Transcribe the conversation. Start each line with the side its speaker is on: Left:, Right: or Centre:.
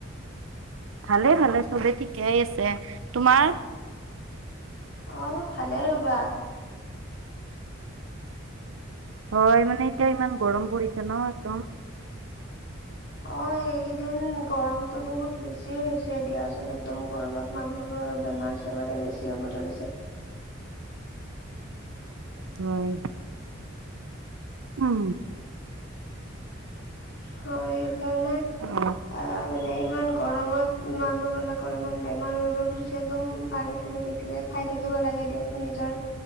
Right: ভালে ভালে চবে ঠিকেই আছে। তোমাৰ?
Left: অ' ভালেই ৰবা।
Right: হয় মানে এতিয়া ইমান গৰম পৰিছে ন একদম
Left: অ এইেইকেইদিন গৰমতটো বহুত বেছিয়ে হৈছে দিয়াচোন একদম গৰমত মানুহোৰৰ বেমাৰ বেমাৰে বেছি হ'ব ধৰিছে
Right: হয় উম
Left: হয় সেইকাৰণে
Right: অঁ
Left: অঁ, মানে ইমান গৰমত মানুহ বিলাকৰ ইমান বেমাৰ হব ধৰিছে! একদম পানী চানী বেছিকে খাই থাকিব লাগে দিয়াচোন নিজৰ